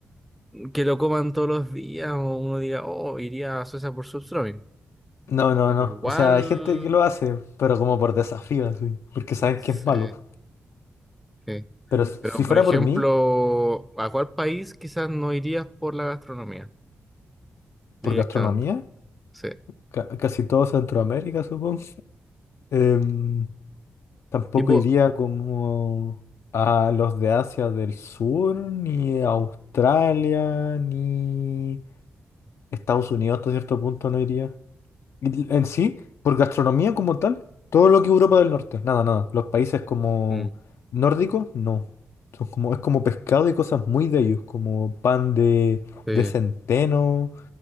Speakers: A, in the centre; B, on the left (about 75°).
A: que lo coman todos los días o uno diga, oh, iría a Suecia por sustroming.
B: No, no,
A: Pero
B: no.
A: igual,
B: O sea, hay gente que lo hace, pero como por desafío, así, porque saben
A: sí,
B: que es malo.
A: sí.
B: Pero s-
A: Pero,
B: si fuera
A: por ejemplo,
B: por mí...
A: ¿a cuál país quizás no irías por la gastronomía directamente?
B: Por gastronomía,
A: Sí.
B: ca- casi todo Centroamérica, supongo. Em, tampoco
A: Tipo,
B: iría como a los de Asia del Sur, ni a Australia, ni Estados Unidos hasta cierto punto no iría. Y En sí, por gastronomía como tal, todo lo que Europa del Norte, nada, nada. Los países como
A: mm,
B: nórdicos, no. Son como, es como pescado y cosas muy de ellos, como pan de,
A: sí,
B: de centeno,